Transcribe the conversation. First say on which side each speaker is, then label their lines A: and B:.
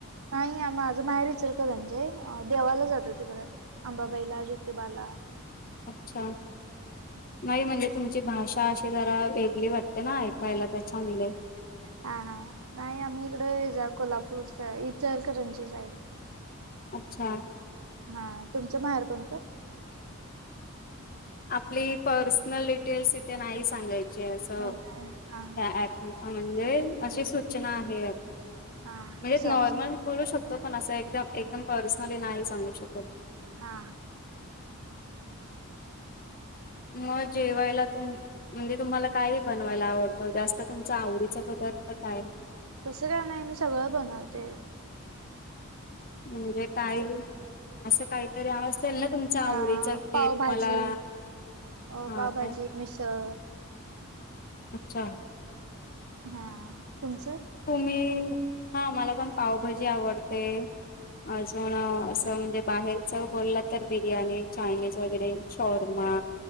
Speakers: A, on the right; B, on the left.
A: नाही माझं माहेर इचरत म्हणजे देवाला जातो तिकडें अंबा बैला ज्योति बाला
B: अच्छा! नाही म्हणजे तुमची भाषा अशी जरा वेगळी वाटते. ते ना ऐकायला ते चांगलय.
A: हा हा, नाही आम्ही इकडे हेज कोल्हापूरच इचलकरंची साईड.
B: अच्छा.
A: हा तुमचं माहेर कोणतं
B: आपली पर्सनल डिटेल्स इथे नाही सांगायची असं
A: हो काय हा
B: ह प ह म्हणजे अशी सूचना आहे
A: हा हा
B: म्हणजे
A: सॉरी
B: नॉर्मल
A: सॉरी
B: बोलू शकतो पण असं एकदम एकदम पर्सनली नाही सांगू शकत
A: हा.
B: म जेवायला तुम्ही म्हणजे तुम्हाला काय बनवायला आवडतं जास्त तुमच्या आवडीचा पदार्थ काय?
A: तसं का नाही मी सगळं बनवते.
B: म्हणजे काही असं काहीतरी असेल ना तुमच आवडीच
A: अ
B: जे
A: पावभाजी
B: तुम्हाला
A: अ
B: हा
A: पावभाजी,
B: काय
A: मिसळ.
B: अच्छा!
A: हा तुमचं?
B: तुम्ही, हा मला पण पावभाजी आवडते. अजून असं म्हणजे बाहेरच बोलला तर बिर्याणी चायनीज वगैरे. शौर्मा.